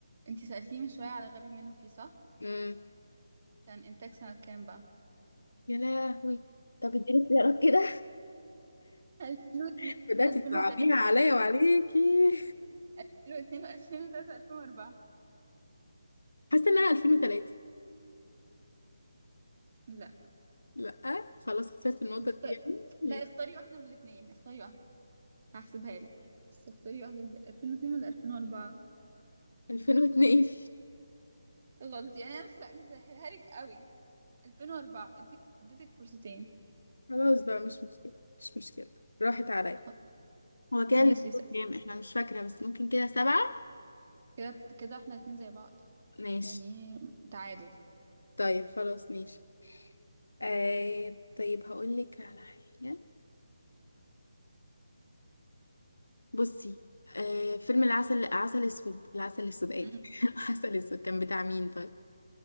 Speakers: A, on the right; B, on the left.
A: انتي سألتيني من شوية على غبي منه فيه صح
B: امم
A: كان إنتاج سنة كام بقى
B: يا لهوي طب اديني اختيارات كده
A: 2002
B: <laughs> بدأتي
A: 2003
B: تصعبيها عليا وعليكي
A: 2002 2003 2004
B: حاسة انها 2003
A: لا
B: لا خلاص خسرت النقطة
A: طب اختار
B: دي يا ابني
A: لا اختاري واحدة من الاتنين اختاري واحدة هحسبها لك بس اختاري واحدة من 2002 ولا 2004
B: 2002
A: غلط يعني انا مش سا- مسهلها لك قوي 2004 اديك اديتك فرصتين
B: خلاص بقى مش مشكلة مش مشكلة راحت عليا
A: خ-
B: هو كده
A: ماشي
B: السكور
A: اسأل.
B: كام احنا مش فاكرة بس ممكن كده سبعة
A: كده كده احنا الاتنين زي بعض
B: ماشي
A: يعني تعادل
B: طيب خلاص ماشي آه طيب هقول لك على حاجة بصي آه فيلم العسل عسل اسود العسل اسود قال
A: مم.
B: <laughs> العسل اسود كان بتاع مين طيب